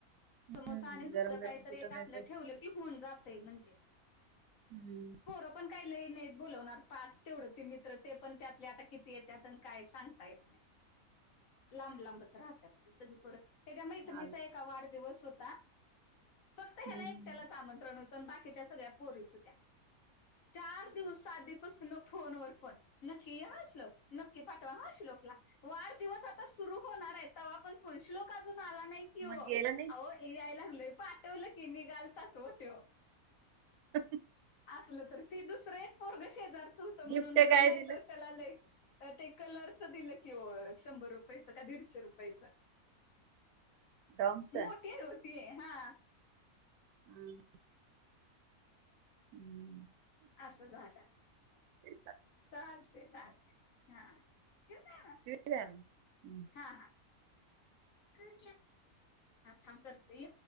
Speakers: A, on the left; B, on the right.
A: समोसा
B: हम्म.
A: आणि
B: गरम
A: दुसरं
B: गरम
A: काहीतरी
B: कुठं
A: एक
B: मिळत
A: आपलं ठेवलं की हुऊन जातय म्हणले.
B: हम्म!
A: तो पण काही लय नाहीत बोलवणार, पाच तेवढ ते मित्र ते पण त्यात ते आता किती येत्यात आणि काय सांगता येत नाही. लांब लांबच राहत्यात ते सगळी पोर ह्यच्या मैत्रिणीचा
B: चाल
A: एका वाढदिवस होता, फक्त ह्याला
B: हम्म.
A: एकट्यालाच आमंत्रण होतं आणि बाकीच्या सगळ्या पोरीच होत्या, चार दिवस आधीपासून फोन वर फोन हश्लोक नक्की पाठवा ह श्लोकला. वाढदिवस आता सुरू होणार आहे, तव्हा पण फोन श्लोक अजून आला नाही कि ओ
B: मग गेला नाही
A: आओ याय लागलोय पाठवलं की निघालतच हो तेव
B: ह <unintelligible>
A: असलं तर ती दुसरं पोरगा शेजारचं होतं
B: गिफ्ट
A: म्हणून बरं,
B: काय
A: नाही
B: दिलं
A: तर त्याला लय ते कलरचं दिलं कि हो शंभर रुपयाचं, का दीडशे रुपयाचं
B: डॉम्स
A: मोठी आहेत ओ ती हा
B: हम्! हम!
A: असं झालं.
B: चालते
A: चालते -चालते हा ठेवू का मग?
B: शम् <unintelligible>
A: हा हा हा थांब- थांब करते